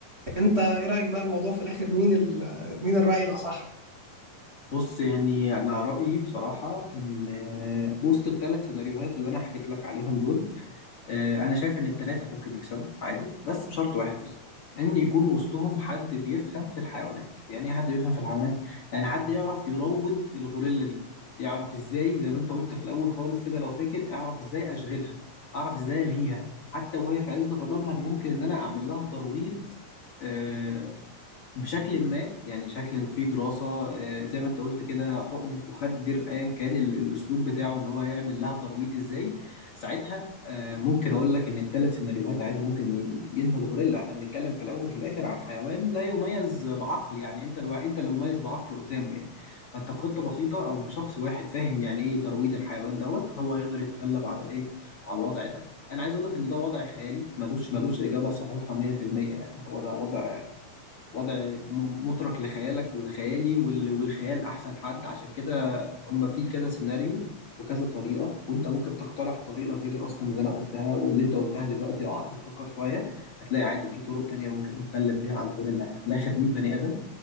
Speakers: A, on the right; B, on the left.
A: انت ايه رايك بقى الموضوع في الاخر مين ال... مين الراي الاصح
B: بص يعني انا رايي بصراحه ان آه، وسط الثلاث سيناريوهات اللي انا حكيت لك عليهم دول آه، انا شايف ان الثلاثه ممكن يكسبوا عادي بس بشرط واحد بس ان يكون وسطهم حد بيفهم في الحيوانات يعني ايه حد بيفهم في الحيوانات يعني حد يعرف يروض الغوريلا دي يعرف ازاي زي ما انت قلت في الاول خالص كده لو فاكر اعرف ازاي اشغلها اعرف ازاي الهيها حتى وهي في عز غضبها انا ممكن ان انا اعمل لها ترويض آه، بشكل ما يعني شكل في دراسة آه، زي ما انت قلت كده حقنة مخدر ايا كان ال- الاسلوب بتاعه اللي هو هيعمل لها ترويض ازاي ساعتها آه، ممكن اقول لك ان الثلاث سيناريوهات عادي ممكن ي- ينهوا الغوريلا احنا بنتكلم في الاول وفي الاخر عن حيوان لا يميز بعقل يعني انت الو... انت اللي مميز بعقله قدامه يعني فانت بخطة بسيطة او بشخص واحد فاهم يعني ايه ترويض الحيوان دوت هو يقدر يتغلب على الايه على الوضع ده انا عايز اقول لك ان ده وضع خيالي ملوش ملوش اجابة صحيحة 100% يعني هو ده وضع وضع م- مترك لخيالك ولخيالي وال- والخيال احسن حد عشان كده هم في كذا سيناريو وكذا طريقه وانت ممكن تقترح طريقه غير اصلا اللي انا قلتها واللي انت قلتها دلوقتي لو قعدت تفكر شويه هتلاقي عادي في طرق تانية ممكن نتغلب بيها على الهول اللي في الاخر 100 بني ادم